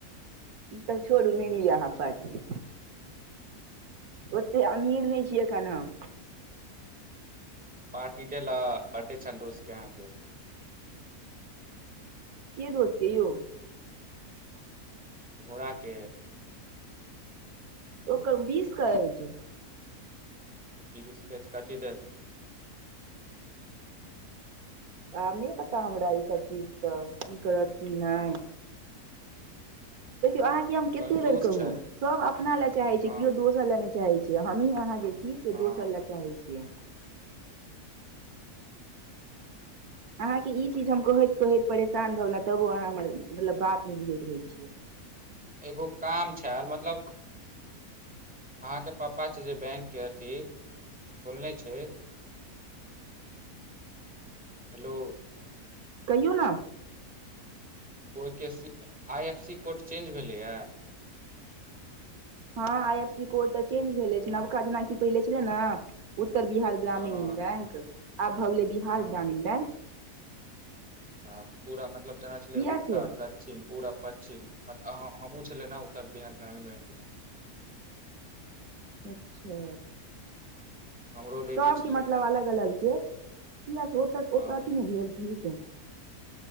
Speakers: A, on the right; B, in the centre.
A: तब छोड़ू नहि लिय अहाँ पार्टी। ओते अमीर नहि छियै अखैन हम।
B: पार्टी देलक बर्थडे छल दोस्तके अहाँके।
A: के दोस्तके यौ?
B: घोड़ाके
A: ओकर बीसके अछि।
B: <unintelligible> कथी देत?
A: आब नहि पता हमरा ईसभ चीज त की करत की नहि। देखियौ अहाँके हम कते
B: कंजूस
A: बेर कहू
B: छै
A: सब अपना लए चाहै
B: हँ
A: छैय केओ दोस्त दोसर लए नहि चाहै छियै हमही अहाँ जे छी से
B: हँ
A: दोसर लए चाहै छियै। अहाँके ई चीज हम कहैत कहैत परेशान भगेल तबो अहाँ हमर मतलब बात नहि बुझैत रहै छियै
B: एगो काम छल मतलब अहां के पापा छै जे बैंक के अथी खोलने छै हेलो
A: कहियौ ना
B: ओहिके I F C code change भेलैए
A: हँ आई एफ सी कोड तऽ चेंज भेले अछि नबका जेनाकि पहिले छले न उत्तर बिहार ग्रामीण
B: हँ
A: बैंक आब भऽ गेलै बिहार
B: हँ
A: ग्रामीण बैंक
B: अच्छा पूरा मतलब जेना
A: किया
B: छलै उत्तर
A: से
B: दक्षिण पूरब पश्चिम मतलब हमहुँ छलै ने उत्तर बिहार ग्रामीण बैंकमे
A: अच्छा
B: हमरो लैके
A: सबके
B: छलै
A: मतलब अलग अलग छै किया त
B: हँ
A: ओत अथी नहि भेल ठीक